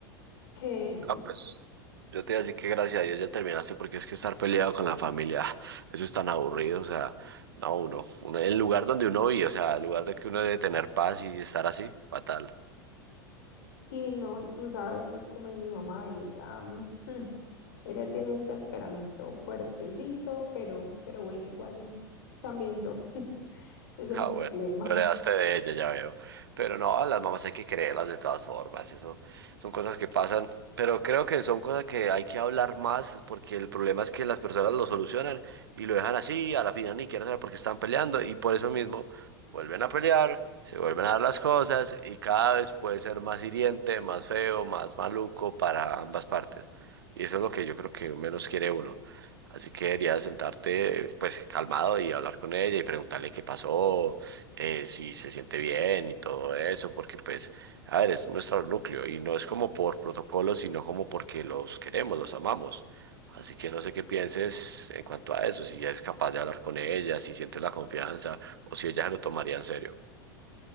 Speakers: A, on the left (about 65°); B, on the right (about 75°).
A: qué,
B: No, pues yo te iba a decir que gracias a Dios ya terminaste porque es que estar peleado con la familia, <laughs> ah, eso es tan aburrido, o sea, no, uno, uno- el lugar donde uno vive, o sea, el lugar de que uno debe tener paz y estar así, fatal.
A: sí, no, y tú sabes pues cómo es mi mamá y ella, mm, <laughs> ella tiene un temperamento fuertecito, pero, pero bueno, igual también yo, <laughs> ese es el
B: Ah,
A: problema.
B: bueno, lo heredaste de ella, ya veo. Pero no, a las mamás hay que creerlas de todas formas, eso son cosas que pasan, pero creo que son cosas que hay que hablar más porque el problema es que las personas lo solucionan y lo dejan así, a la final ni quieren saber por qué están peleando y por eso mismo vuelven a pelear, se vuelven a dar las cosas y cada vez puede ser más hiriente, más feo, más maluco para ambas partes. Y eso es lo que yo creo que menos quiere uno. Así que deberías sentarte eh, pues calmado y hablar con ella y preguntarle qué pasó, eh, si se siente bien y todo eso, porque pues, a ver, es nuestro núcleo y no es como por protocolo, sino como porque los queremos, los amamos. Así que no sé qué pienses en cuanto a eso, si eres capaz de hablar con ella, si sientes la confianza o si ella se lo tomaría en serio.